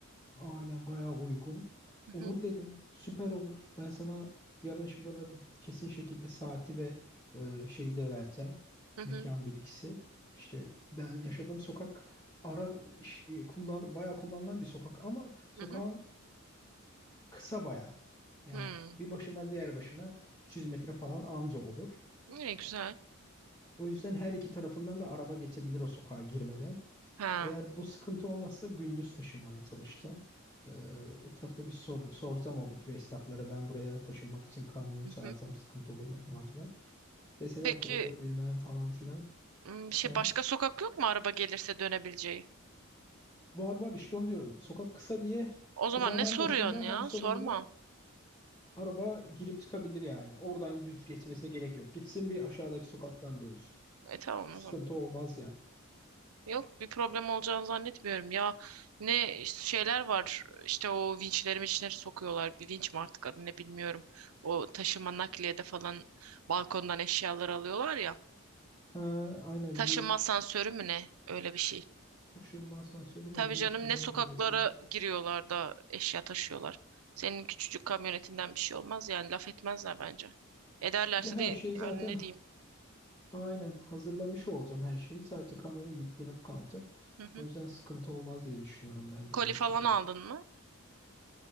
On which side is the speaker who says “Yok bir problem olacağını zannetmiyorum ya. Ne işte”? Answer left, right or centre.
Right